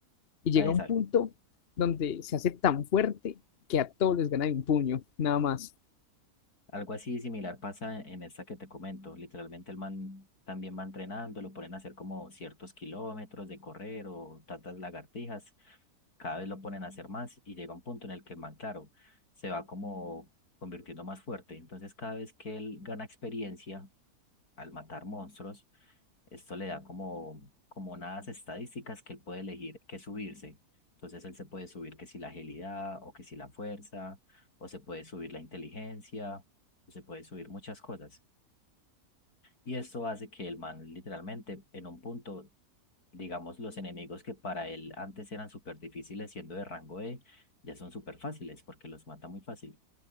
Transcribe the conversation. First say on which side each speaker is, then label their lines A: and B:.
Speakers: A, on the left; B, on the left.
A: y llega
B: ah, esa-
A: a un punto donde se hace tan fuerte que a todos les gana de un puño, nada más.
B: Algo así similar pasa en esta que te comento. Literalmente el man también va entrenando, lo ponen a hacer como ciertos kilómetros de correr o tantas lagartijas. Cada vez lo ponen a hacer más y llega un punto en el que el man, claro, se va como convirtiendo más fuerte. Entonces cada vez que él gana experiencia al matar monstruos, Esto le da como, como unas estadísticas que él puede elegir que subirse. Entonces él se puede subir que si la agilidad o que si la fuerza, o se puede subir la inteligencia, o se puede subir muchas cosas. Y esto hace que el man literalmente en un punto, digamos, los enemigos que para él antes eran súper difíciles siendo de rango E, ya son súper fáciles porque los mata muy fácil.